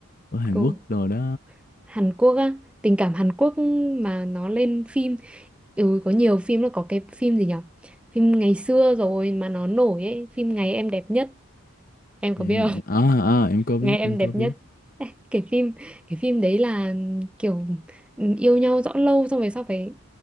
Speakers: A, on the left; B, in the centre.
A: ở Hàn
B: cô
A: Quốc rồi đó
B: Hàn Quốc á tình cảm Hàn Quốc mà nó lên phim ừ có nhiều phim là có cái phim gì nhở phim ngày xưa rồi mà nó nổi ấy phim ngày em đẹp nhất em
A: Dạ,
B: có biết
A: em định à, à em có biết
B: nghe em
A: em có
B: đẹp
A: biết
B: nhất Ê, cái phim cái phim đấy là kiểu ừ, yêu nhau rõ lâu xong về sau phải